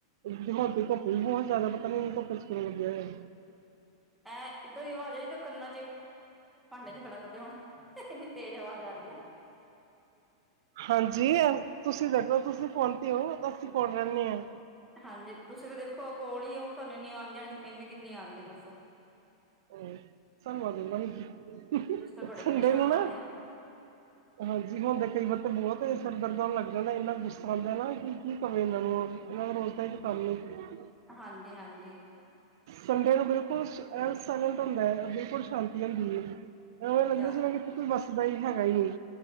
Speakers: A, on the right; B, in the centre.
A: ਜਮਾਂ ਪੀਕਅੱਪ ਬਹੁਤ ਜਿਆਦਾ ਪਤਾ ਨੀ <unintelligible> ਪੁੱਛ ਕੇ ਗਿਆ ਹੈ।
B: ਐਂ ਇੱਧਰ ਦੀ ਆਵਾਜ਼ ਆ ਜੋ ਕੰਨਾ ਚ ਭਾਂਡੇ ਜੇ ਖੜਕਦੇ ਹੋਣ, ਇੰਨੀ ਤੇਜ਼ ਆਵਾਜ਼ ਆ ਰਹੀ ਆ।
A: ਹਾਂਜੀ ਅ ਤੁਸੀਂ ਦੇਖੋ, ਤੁਸੀਂ ਫੋਨ ਤੇ ਹੋ, ਅਸੀਂ ਕੋਲ ਰਹਿਣੇ ਹਾਂ।
B: ਹਾਂਜੀ, ਤੁਸੀਂ ਤਾਂ ਦੇਖੋ ਕੋਲ ਹੀ ਹੋ, ਤੁਹਾਨੂੰ ਇਨੀਆ ਆਉਂਦੀਆਂ, ਮੈਨੂੰ ਕਿੰਨੀ ਆਉਣਗੀਆਂ ਦੱਸੋ?
A: ਹਾਂ, ਧੰਨਵਾਦ <unintelligible>
B: ਤੁਸੀਂ ਤਾਂ ਬੜੇ
A: ਸੰਡੇ
B: ਪਰੇਸ਼ਾਨ
A: ਨੂੰ ਨਾ,
B: ਹੋਣੇ ਆ
A: ਹਾਂਜੀ ਹੁਣਦਾ ਕਈ ਵਾਰ ਤਾਂ ਬਹੁਤ ਸਰਦਰਦ ਆਉਣ ਲੱਗ ਇਹਨਾਂ ਦਾ ਇੰਨਾ ਗੁੱਸਾ ਆਉਂਦਾ ਨਾ, ਕਿ ਕੀ ਕਵੇ ਇਹਨਾਂ ਨੂੰ? ਇਹਨਾਂ ਦਾ ਰੋਜ਼ ਦਾ ਹੀ ਤੇ ਕੰਮ ਹੈ।
B: ਹਾਂਜੀ-ਹਾਂਜੀ।
A: ਸੰਡੇ ਨੂੰ ਬਿਲਕੁਲ ਸ ਏਂਸ <unintelligible> ਹੁੰਦਾ ਏ, ਬਿਲਕੁਲ ਸ਼ਾਂਤੀ ਹੁੰਦੀ ਹੈ। ਹੋਰ ਲੱਗੇ
B: ਜਾ
A: ਸੀ ਨਾ ਕਿ ਕਿੱਥੇ ਕੋਈ ਬੱਸ ਬਈ ਹੈਗਾ ਹੀ ਨਹੀਂ,